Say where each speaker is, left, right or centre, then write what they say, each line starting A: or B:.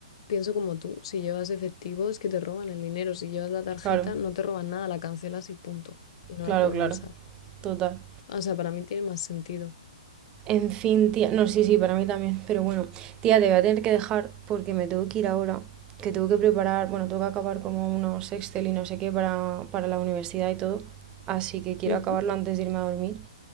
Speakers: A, on the left; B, on the right.
A: pienso como tú. Si llevas efectivo es que te roban el dinero. Si llevas la tarjeta,
B: claro.
A: no te roban nada, la cancelas y punto. Y no
B: Claro,
A: la pueden
B: claro,
A: usar.
B: total.
A: O sea, para mí tiene más sentido.
B: En fin, tía, no, sí, sí, para mí también, pero bueno, tía, te voy a tener que dejar porque me tengo que ir ahora, que tengo que
A: Mm.
B: preparar, bueno, tengo que acabar como unos Excel y no sé qué para, para la universidad y todo, así que quiero
A: Ujú,
B: acabarlo antes de irme a dormir.